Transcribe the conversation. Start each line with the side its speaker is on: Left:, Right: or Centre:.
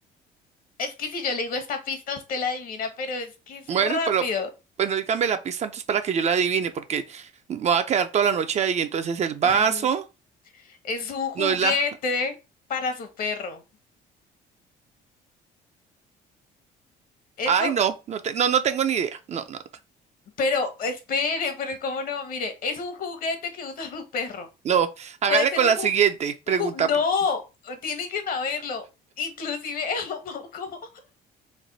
Left: es que si yo le digo esta pista, usted la adivina, pero es que es
Right: Bueno,
Left: rápido.
Right: pero bueno, dígame la pista antes para que yo la adivine, porque me voy a quedar toda la noche ahí. Entonces el vaso
Left: <laughs> Es un juguete
Right: no es la.
Left: para su perro. Eso
Right: Ay, no, no, te- no, no tengo ni idea. No, no, no.
Left: Pero espere, pero cómo no, mire, es un juguete que usa <laughs> su perro.
Right: No, hágale
Left: Puede ser
Right: con
Left: un
Right: la
Left: ju,
Right: siguiente pregunta.
Left: un ju- no,
Right: por-
Left: tiene que saberlo. Inclusive <laughs> como, como